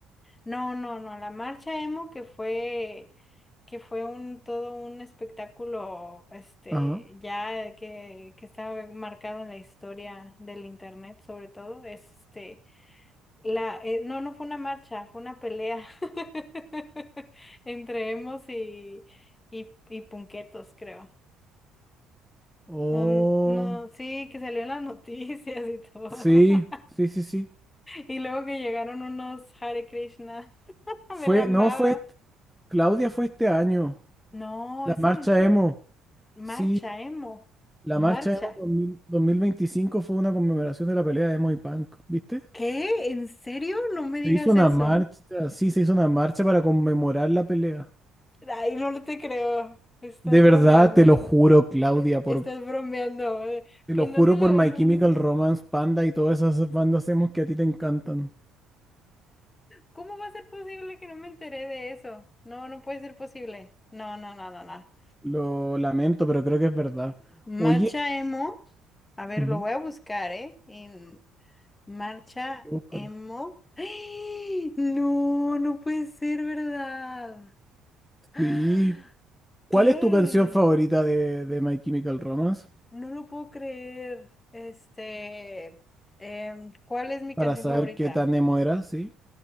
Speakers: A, on the left; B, in the centre.
A: No, no, no, la marcha emo que fue, que fue un, todo un espectáculo, este,
B: Ajá.
A: ya que, que está marcado en la historia del internet, sobre todo, este. La, eh, no, no fue una marcha, fue una pelea <laughs> entre emos y, y, y punquetos, creo.
B: Oh,
A: No, no, sí, que salió en las <laughs> noticias y todo.
B: sí,
A: <laughs>
B: sí, sí, sí.
A: Y luego que llegaron unos Hare Krishna <laughs>
B: Fue,
A: de la nada.
B: no, fue, est- Claudia fue este año.
A: No,
B: La
A: es
B: marcha
A: un
B: emo.
A: marcha,
B: Sí,
A: emo.
B: la
A: Marcha.
B: marcha emo 2000 2025 fue una conmemoración de la pelea de emo y punk, ¿viste?
A: ¿Qué? ¿En serio? No me digas
B: Se hizo una
A: eso.
B: marcha, sí, se hizo una marcha para conmemorar la pelea.
A: <gasps> Ay, no te creo. Estás
B: De verdad,
A: bromeando.
B: te lo juro, Claudia, por
A: Estás bromeando. eh.
B: Te lo
A: ¿En
B: juro
A: dónde lo,
B: por My
A: en dónde?
B: Chemical Romance, Panda y todas esas bandas emos que a ti te encantan.
A: ¿Cómo va a ser posible que no me enteré de eso? No, no puede ser posible. No, no, no, no, no.
B: Lo lamento, pero creo que es verdad.
A: Marcha
B: Oye,
A: emo. A ver,
B: ujú,
A: lo voy a buscar, ¿eh? En marcha
B: sí, búscalo.
A: emo. ¡Ay! No, no puede ser verdad. <gasps> ¡Ah!
B: Sí. ¿Cuál
A: ¿Qué?
B: es tu canción favorita de, de My Chemical Romance?
A: No lo puedo creer. Este, em, ¿cuál es mi
B: Para
A: canción
B: saber
A: favorita?
B: qué tan emo era, ¿sí?